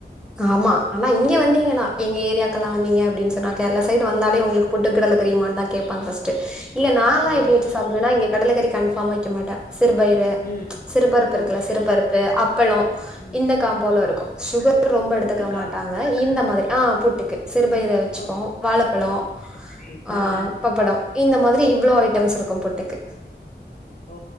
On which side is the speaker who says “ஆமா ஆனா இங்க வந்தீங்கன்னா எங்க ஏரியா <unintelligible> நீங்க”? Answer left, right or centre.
Centre